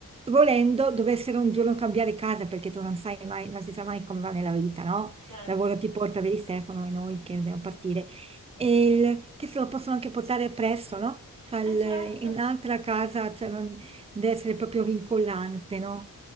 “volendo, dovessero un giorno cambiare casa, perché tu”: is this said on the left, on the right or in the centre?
Right